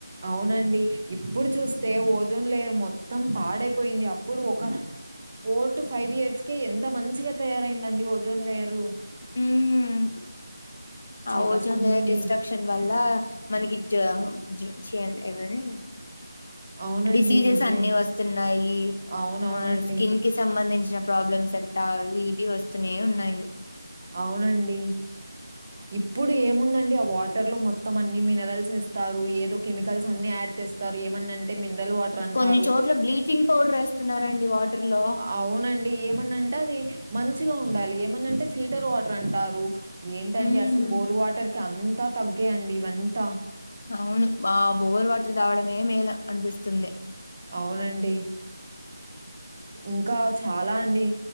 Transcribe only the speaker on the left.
మ్మ్
ఆ ఓజోన్
లేయర్
డిస్ట్రక్షన్ వల్ల మనకి జ జ్యా చేయండి ఏవని
డిసీజెస్
అన్ని వస్తున్నాయి
మ స్కిన్ కి సంబంధించిన ప్రాబ్లమ్స్ అంతా అవి ఇవి వస్తూనే ఉన్నాయి
కొన్ని చోట్ల బ్లీచింగ్ పౌడర్ వేస్తున్నారండి వాటర్ లో
ఉమ్
అవును మా బోవర్ వాటర్ తాగడమే మేలు అనిపిస్తుంది